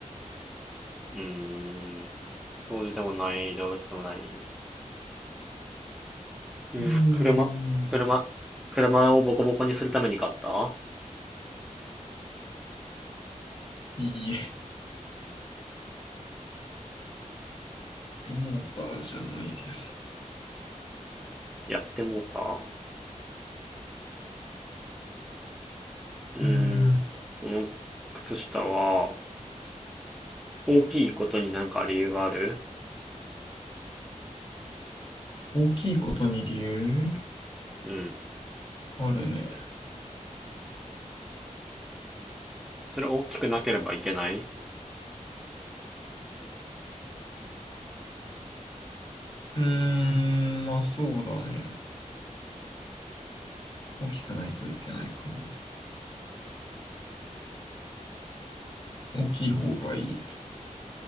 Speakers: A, in the centre; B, on the left.
A: うーん。掃除でもない、動物でもない。うん、
B: うーん。
A: 車、車、車をボコボコにするために買った
B: いいえ。もうバーじゃないです。
A: やってもうた。うーん、
B: うーん、
A: その靴下は、大きいことになんか理由がある
B: 大きいことに理由
A: うん。
B: あるね。
A: それ大きくなければいけない
B: うーん、まあそうだね。大きくないといけないかも。大きい方がいいね。